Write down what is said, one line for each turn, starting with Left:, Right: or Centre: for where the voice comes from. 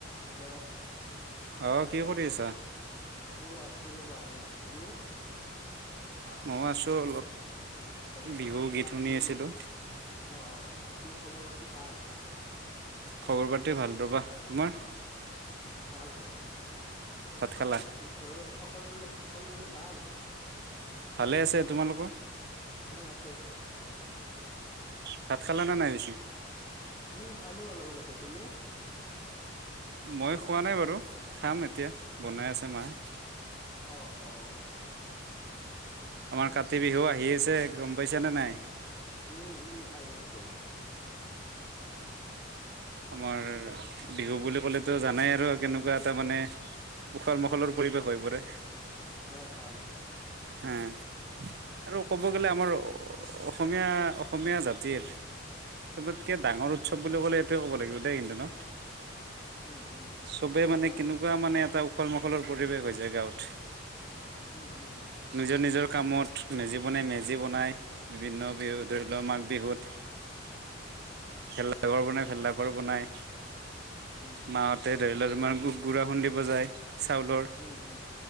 Left: Hello
Right: আহ কি কৰি আছা।
Left: অ আছো ৰ'বা এনেই তুমি।
Right: মই আছো অলপ৷
Left: অ
Right: বিহু গীত
Left: বাকী
Right: শুনি আছিলো
Left: অ বাকী খবৰ পাতি ভাল?
Right: খবৰ পাতি ভাল ৰ'বা তোমাৰ?
Left: উ ভাল-ভাল
Right: ভাত খালা?
Left: ঘৰৰ সকলোৰে সকলোৰে ভাল?
Right: ভালে আছে তোমালোকৰ?
Left: অ আছে-আছে৷
Right: ভাত খালা নে নাই পিছে?
Left: উম খালো অলপ আগতে তুমি?
Right: মই খোৱা নাই বাৰু খাম এতিয়া বনাই আছে মায়ে৷
Left: অ-অ
Right: আমাৰ কাতি বিহু আহি আছে গম পাইছ নে নাই?
Left: উম-উম আহি আছে৷
Right: আমাৰ বিহু বুলি ক'লেতো জানাই আৰু কেনেকুৱা এটা মানে উখল মাখলৰ পৰিৱেশ হৈ পৰে৷
Left: হয়-হয়
Right: হম আৰু ক'ব গ'লে আমাৰ অসমীয়া-অসমীয়া জাতিৰ৷ চবতকে ডাঙৰ উৎসৱ
Left: উম
Right: বুলি
Left: উম
Right: ক'লে এইটোৱে ক'ব লাগিব দেই কিন্তু ন!
Left: উম উম
Right: চবে মানে
Left: হয়
Right: কেনেকুৱা মানে এটা উখল মাখলৰ পৰিৱেশ হৈ যায় গাঁৱত৷
Left: উম-উম
Right: নিজৰ নিজৰ কামত মেজি বনাই মেজি বনাই বিভিন্ন বিহু
Left: হয়
Right: ধৰি
Left: হয়
Right: লওক মাঘ বিহুত৷
Left: উম
Right: খেলা ঘৰ বনাই ভেলা ঘৰ বনাই
Left: উম উম
Right: মাহঁতে গুড়া খুন্দিব যায় চাউলৰ
Left: উম উম